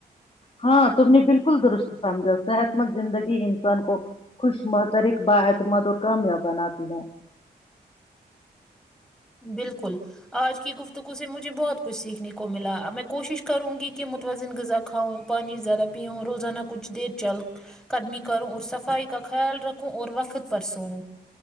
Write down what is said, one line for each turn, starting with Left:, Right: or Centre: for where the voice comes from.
Left: ہاں تم نے بالکل درست سمجھا صحت مند زندگی انسان کو خوش محترک با اعتماد اور کامیاب بناتی ہے
Centre: بالکل آج کی گفتگو سے مجھے بہت کچھ سیکھنے کو ملا اب میں کوشش کروں گی کہ متوازن غذا کھاؤں پانی زیادہ پیوں روزانہ کچھ دیر چل قدمی کروں اور صفائی کا خیال رکھوں اور وقت پر سوں